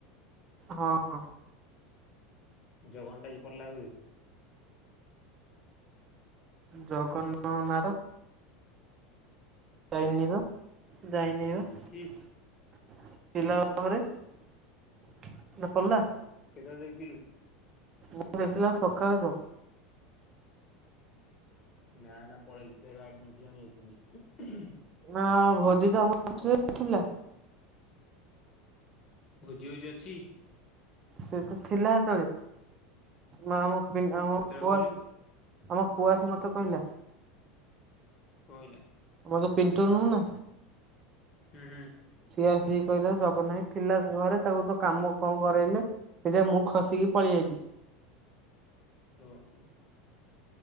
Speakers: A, on the right; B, on the left.
A: ହଁ।
B: ଜଗନ୍ନା ଟା ଆଜି ପଳେଇଲା ବୋଧେ?
A: ଜଗନ ନା ତ
B: ଅଛି
A: ଯାଇନିର
B: ଘରେ
A: ଯାଇନିବା
B: ଅଛି
A: ପିଲା ଘରେ। <inaudible> ନା ପଳେଇଲା।
B: ଓ କେତେବେଳେ ଦେଖିଥିଲୁ?
A: ମୁଁ ଦେଖିଲା ସକାଳଠୁ
B: ନା ନା ପଳେଇଛିି ତ ଗାଡି ନ ଆମ ଯାଇଥିଲି।
A: ହଁ ଭୋଜି ଟା। <unintelligible>
B: ଭୋଜି ଭୋଜି ଅଛି।
A: ସେ ତ ଥିଲା ହେତଳେ ନା ମ। <unintelligible>
B: କେତେବେଳେ କହିଲୁ
A: ଆମ ପୁଅସି ମତେ କହିଲା।
B: କହିଲା
A: ମୁଁ ଯୋଉ ପିଣ୍ଟୁ ନୁହୁଁ ନା
B: ହୁଁ ହୁଁ।
A: ତିଆସ କହିଲ ଜଗନ୍ନାଥ ଥିଲା ଘରେ ତାକୁ ତ କାମ କଣ କରାଇଲେ ସେଟା ମୁଁ ଖସିକି ପଳେଇଆଇଲିି
B: ଓହୋ।